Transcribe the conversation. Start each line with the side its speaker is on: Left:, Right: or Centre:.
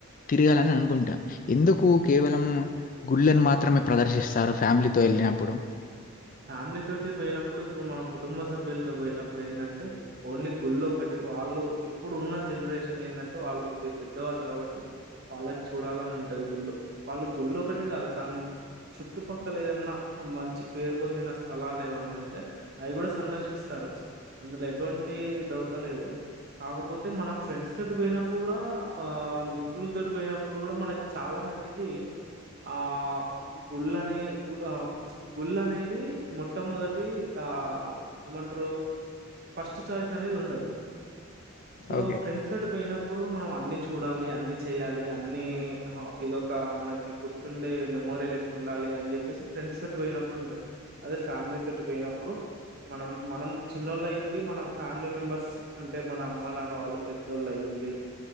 Left: తిరగాలని అనుకుంటా ఎందుకు కేవలం
Right: ఉమ్
Left: గుళ్ళలను మాత్రమే ప్రదర్శిస్తారు ఫ్యామిలీతో ఏళ్ళినప్పుడు
Right: ఫ్యామిలీ తోటి పోయినప్ ఇప్పుడు ఇప్పుడు మన కుటుంబ సభ్యులతో పోయినప్పుడు ఎందంటే ఓన్లీ గుళ్ళ ఒకటి వాళ్ళు ఇప్పుడు ఉన్న జనరేషన్ ఎందంటే వాళ్ళు కొద్దిగ పెద్దవాళ్ళు కాబట్టి వాళ్ళకి చూడాలని ఉంటది గుళ్ళు వాళ్ళు గుళ్ళు ఒకటే కాదు దాన్ చుట్టుపక్కల ఏదన్నా మంచి పేరు పొందిన స్థలాలు ఏవన్నా ఉంటే అవి కూడ సందర్శిస్తరు అందులో ఎటువంటి డోక లేదు కాకపోతే మన ఫ్రెండ్స్ తోటి పోయినప్పుడు కూడా ఆ మిత్రులతోటి పోయినప్పుడు కూడ మనకి చాల మట్టికి ఆ గుళ్ళనే ఆ ప్చ్ గుల్ అనేది మొట్టమొదటి ఆ ఏమంటారు ఫస్ట్ చాయిస్ అనేది ఉండదు సో
Left: ఓకే.
Right: ఫ్రెండ్స్ తోటి పోయిన ఇప్పుడు మనం అన్ని చూడాలి అన్ని చేయాలి అన్ని హా ఇదొక మనకి గుర్తుండే మే మోరీ లెక్కుండాలీ అని చెప్పేసి ఫ్రెండ్స్ తోటి పోయినప్పుడు ఉంటుంది అదే ఫ్యామిలీ తోటి పోయినప్పుడు మనం మనం చిన్నోళ్ళు అయ్యండి మన ఫ్యామిలీ మెంబర్స్ అంటే మన అమ్మ నాన్న వాళ్ళు పెద్దోళ్ళు అయ్యం డీ